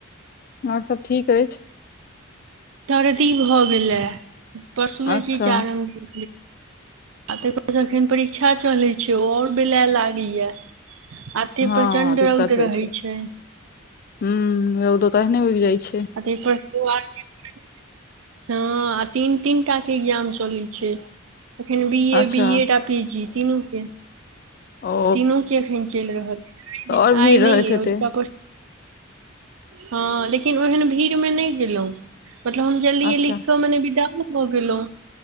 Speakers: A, on the left (about 45°); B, on the right (about 70°).
A: आओर सब ठीक अछि
B: सर्दी भऽ गेलेए पशुए
A: अच्छा
B: की चारम दिन तै परस अखन परीक्षा चलै छै ओ आओर बेलाय लागैय अते
A: हँ
B: प्रचंड
A: दिक्कत
B: रौद
A: होइ
B: रहै छै
A: हूँ रौदो त तहने उगि जाइ छै
B: अ प प <unintelligible> हँ आ तीन तीन टा के एग्जाम चलै छै एखन बि ए
A: अच्छा
B: बि एड आ पी जी तिनू के
A: ओ
B: तीनू के एखन चलि रहल
A: तऽ आओर भीड़
B: आइ
A: रहैत
B: नै एई
A: हेतै
B: औजका हँ लेकिन ओहन भीड़ मे नै गेलौ मतलब हम जलदी
A: अच्छा
B: ये लिख क मने विदा भ गेलौं